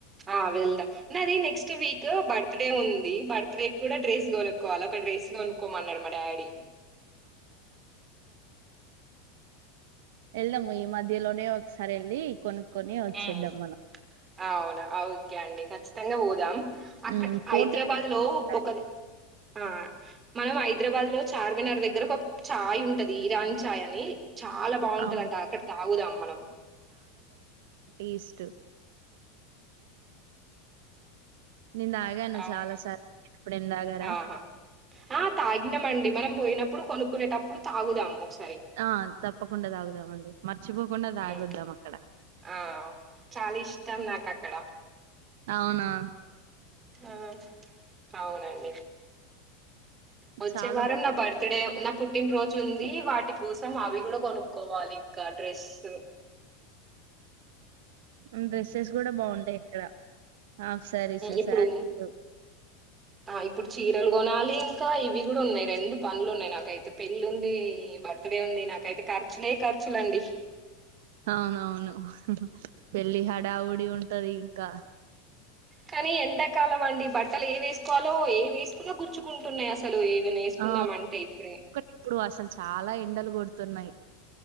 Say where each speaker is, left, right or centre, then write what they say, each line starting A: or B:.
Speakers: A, on the right; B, on the right.
A: ఆ వెళ్దాం నాది నెక్స్ట్ వీక్ బర్త్ డే ఉంది బర్త్ డే కూడా డ్రెస్ కొనుక్కోవాలి ఒక డ్రెస్ కొనుక్కోమన్నాడు మా డాడీ
B: వెళ్దాం ఈ మధ్యలోనే ఒకసారి వెళ్ళి కొను కొని వచ్చేద్దాం
A: ఉమ్
B: మనం
A: అవునా ఓకే అండి ఖచ్చితంగా పోదాం అక్కడ
B: హ్మ్. కోటికి
A: హైదరాబాద్
B: ఎళ్దాం
A: లో
B: ఈసారి.
A: ఒకరిది ఆ మనం హైదరాబాద్ లో చార్మినార్ దగ్గరకు ఒక చాయ్ ఉంటది ఇరాన్ ఛాయ్ అని చాలా బావుంటదంట
B: అవును.
A: అక్కడ తాగుదాం మనం
B: ఈస్ట్ మ్మ్ నేన్ దాగాను
A: అవును
B: చాలా సార్ ఇప్పుడేం తాగారా
A: ఆహా ఆ తాగిన్నాంమండి మనం బోయినప్పుడు కొనుక్కునేటప్పుడు తాగుదాం ఒకసార్
B: ఆ తప్పకుండా తాగుదామండి మర్చిపోకుండా తాగోద్దాం
A: ఉమ్
B: అక్కడ
A: ఆ చాలా ఇష్టం నాకు అక్కడ
B: అవునా
A: ఆ అవునండి వచ్చే
B: చాలా
A: వారం
B: బావుంటది.
A: నా బర్త్డే నాక్ పుట్టినరోజు ఉంది వాటి కోసం అవి కూడా కొనుక్కోవాలి ఇంకా డ్రెస్సు
B: మ్మ్ డ్రెస్సెస్ కూడా బాగుంటాయి ఇక్కడ ఆ శారీసు
A: ఇప్పుడు
B: శారీసు
A: ఆ ఇప్పుడు చీరలు కొనాలి ఇంకా ఇవి కూడా ఉన్నాయి రెండు పనులు ఉన్నాయి నాకైతే పెళ్లి ఉంది బర్త్డే ఉంది నాకైతే ఖర్చులే ఖర్చులండి
B: అవునవును పెళ్ళి హడ్ హడావిడి ఉంటది క్క
A: కానీ ఎండకాలం ఇవ్వండి బట్టలు ఏ వేసుకోవాలో ఏ వేసుకున్నా గుర్చుకుంటున్నాయి అసలు ఏవైనా వేసుకుందాం
B: ఆ
A: అంటే ఇప్పుడే
B: ఇప్పుడు అసలు చాలా ఎండలు కొడుతున్నాయి